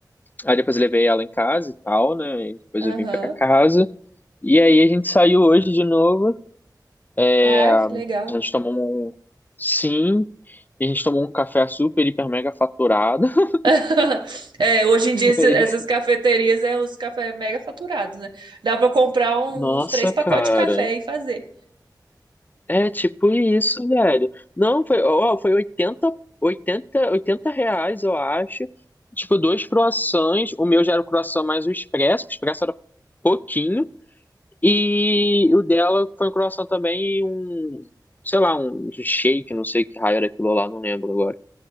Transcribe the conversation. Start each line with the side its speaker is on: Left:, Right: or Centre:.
Left: Aí depois eu levei ela em casa e tal, né? E depois
Right: Aham.
Left: eu vim pra casa. E aí a gente saiu hoje de novo. É,
Right: Ai,
Left: a
Right: que legal.
Left: gente tomou um sim, e a gente tomou um café super, hiper, mega faturado. <laughs>
Right: <laughs> É, hoje em dia esse-
Left: E
Right: essas cafeterias é os cafés mega faturados, né? Dá pra comprar um-
Left: Nossa,
Right: uns três pacotes
Left: cara.
Right: de café e fazer.
Left: É tipo isso, velho. Não, foi, ó, foi oitenta oitenta 80 reais, eu acho. Tipo, dois croissants. O meu já era o croissant mais o expresso, que o expresso era pouquinho. E o dela foi um croissant também e um, sei lá, um shake, não sei que raio era aquilo lá, não lembro agora.